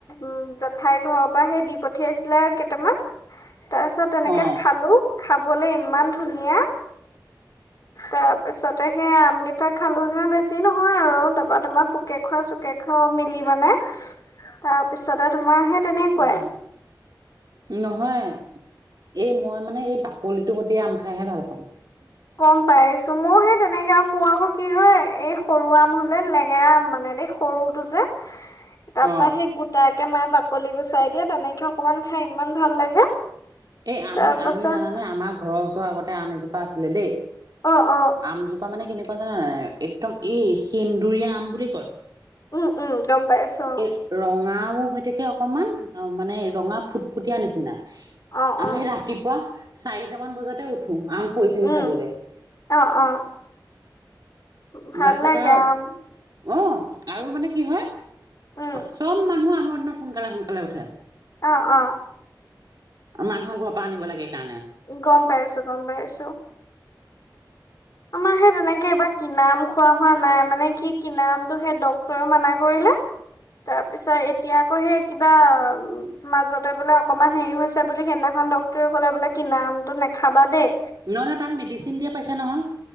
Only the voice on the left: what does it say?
উম জেঠাইৰ ঘৰৰ পৰা সেই দি পঠিয়াইছিলে কেইটামান তাৰ পিছত তেনেকে
খালোঁ খাবলে ইমান ধুনীয়া। তাৰ পিছতে সেই আমগেইটা খালো যিমান বেছি নহয় আৰু তাপা তোমাৰ পোকে খোৱা চ চুকে খোৱা মিলি মানে তাৰপিছতে তোমাৰ সেই তেনেকুৱাই
গ'ম পাইছো মইও সেই তেনেকা মোৰ আকৌ কি হয় এই সৰু আম হ'লে লেঙেৰা আম মানে দেই সৰুটো যে তাপা
সেই গোটাকে মায়ে বাকলি গুচাই দিয়ে তেনেকে অকনমান খাই ইমান ভাল লাগে।
তাৰ পাছত
অ'অ'
উম, উম গম পাই আছো অ'।
অ অ
অ
উম
অ' অ' ভাল
লাগে
আম
উম
অ' অ'
গ'ম পাই আছো, গম পাই আছো। আমাৰ সেই তেনেকে এইবাৰ কিনা আম খুৱা হোৱা নাই মানে কি কিনা আমটো সেই ডক্তৰে মানা কৰিলে। তাৰ পিছত এতিয়া আকৌ সেই কিবা মাজতে বোলে অকমান হেৰি হৈছে বুলি সেইদিনাখন ডক্তৰে ক'লে বোলে কিনাআমটো নাখাবা দেই।